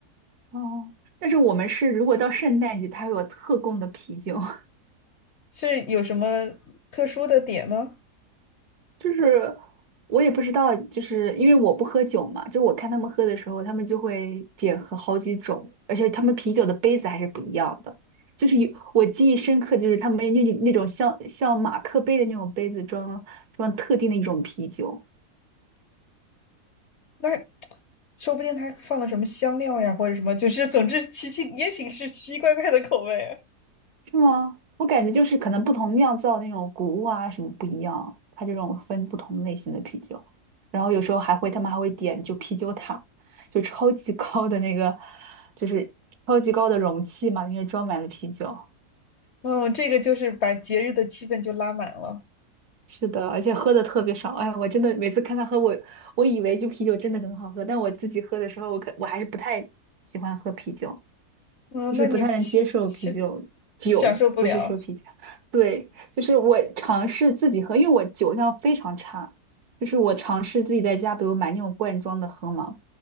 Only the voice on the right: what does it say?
哦，但是我们是如果到圣诞节，它会有特供的啤酒，<laughs>
就是我也不知道，就是因为我不喝酒嘛，就我看他们喝的时候，他们就会点喝好几种，而且他们啤酒的杯子还是不一样的。就是有我记忆深刻，就是他们那那种像像马克杯的那种杯子装装特定的一种啤酒。
是吗？我感觉就是可能不同酿造那种谷物啊什么不一样，它这种分不同类型的啤酒，然后有时候还会他们还会点就啤酒塔，就超级高的那个，就是超级高的容器嘛，里面装满了啤酒。
是的，而且喝的特别爽。哎，我真的每次看他喝我，我以为就啤酒真的很好喝，但我自己喝的时候，我可我还是不太喜欢喝啤酒。
就是不太能接受啤酒酒，
不是说啤酒，对，就是我尝试自己喝，因为我酒量非常差，就是我尝试自己在家，比如买那种罐装的喝嘛，